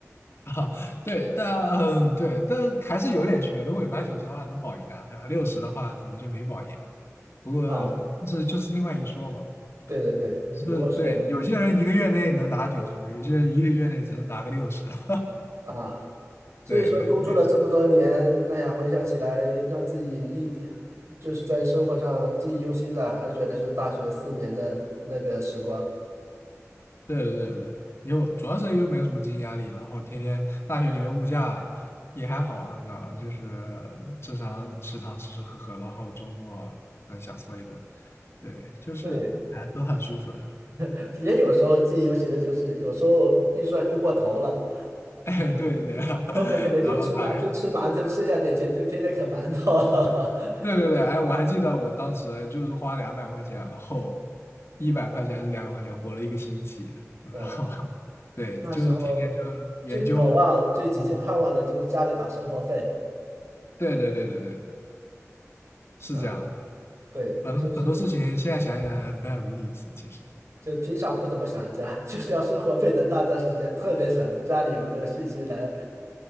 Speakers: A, on the left; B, on the right.
A: <laughs> 啊。对，但嗯对，但还是有点区别。如果你拿九十的话能保研啊，对吧？六十的话可能就没保研了。不过
B: <laughs> 啊。
A: 这就是另外一说嘛。
B: 对对对，
A: 是对，
B: 如果是有
A: 有些人一个月内能拿九十分，有些人一个月内只能拿个六十。<laughs>
B: 啊，所以说工作了这么多年，
A: 对对，这也是
B: 哎呀，回想起来，让自己一就是在生活上记忆犹新的，还是觉得就是大学四年的那个时光。
A: 对对对对，因为主要是又没有什么经济压力，然后天天大学里面物价也还好，你知道吧？就是正常食堂吃吃喝喝，然后周末可能小搓一顿，对，就是哎都很舒服的。
B: 对
A: <laughs>
B: <laughs>，也有时候记忆犹新的，就是有时候预算用过头了，
A: 哎，对对对，<laughs>
B: 后面可能就吃馒就吃馒头，
A: 然后打
B: 剩下点钱就天天啃馒头。<laughs>
A: 对对对，哎，我还记得我当时就是花两百块钱，然后一百块钱还是两百块钱，活了一个星期，然后
B: 嗯，
A: <laughs> 对，
B: 那时候
A: 就是天天就是研究，
B: 最渴望、最急切盼望的就是家里打生活费。
A: 嗯，对对对对对的，是这样的，
B: 嗯，对，
A: 很多很多事情现在想想还非常有意思，
B: 就是。
A: 其实
B: 就平常不怎么想家，<laughs> 就是要生活费的那段时间，特别想着家里有没有信息来